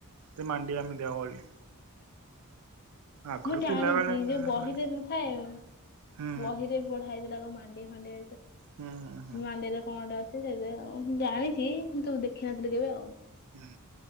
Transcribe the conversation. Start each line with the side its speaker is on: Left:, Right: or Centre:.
Right: ଯେ ମାଣ୍ଡିଆ ଏମିତିଆ ହୁଏ ବୋଲି। ଆଗରୁ
Left: ମୁଁ ଜାଣିଛି
Right: ପିଲା ବେଳେ ହୁଏ
Left: ଯୋଉ ବହିରେ
Right: ହୁଁ
Left: ନଥାଏ
Right: ହୁଁ
Left: ବହି ରେ ପଢ଼ା ହେଇଥିଲା ଲୋ ମା। ହାଣ୍ଡି ହଣ୍ଡେ।
Right: ହୁଁ ହୁଁ ହୁଁ
Left: ମାଣ୍ଡିଆରେ କଣଟେ ଅ ସେ ସେ ମୁଁ ଜାଣିଚି, କିନ୍ତୁ ଦେଖିନଥିଲି କେବେ ଆଉ।
Right: ହୁଁ।